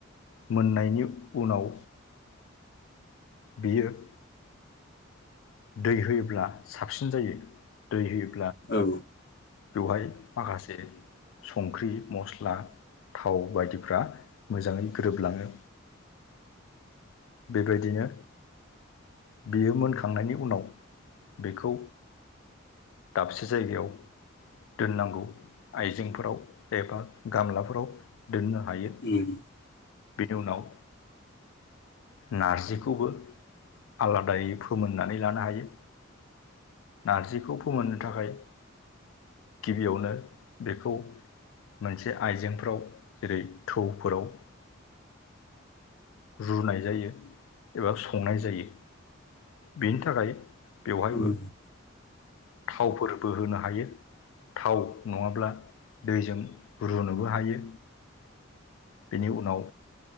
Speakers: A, on the left (about 70°); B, on the left (about 55°).
A: मोननायनि उनाव बेयो दै होयोब्ला साबसिन जायो दै होयोब्ला
B: औ
A: बेवहाय माखासे संख्रि मस्ला थाव बायदिफ्रा मोजाङै गोरोबलाङो बेबायदिनो बेयो मोनखांनायनि उनाव बेखौ दाबसे जायगायाव दोननांगौ आइजेंफोराव एबा गामलाफोराव दोननो हायो
B: उम
A: बेनि उनाव नारजिखौबो आलादायै फोमोननानै लानो हायो नारजिखौ फोमोननो थाखाय गिबियावनो बेखौ मोनसे आइजेंफोराव जेरै थौफोराव
B: <inaudible>
A: रुनाय जायो एबा संनाय जायो बेनि थाखाय बेवहायबो
B: उम
A: थावफोरबो होनो हायो थाव नङाब्ला दैजों रुनोबो हायो बेनि उनाव